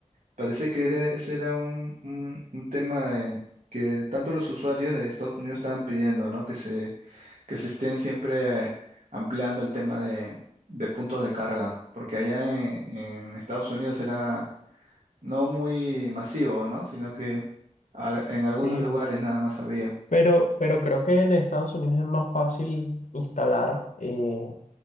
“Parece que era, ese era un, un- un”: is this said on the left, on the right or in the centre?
Right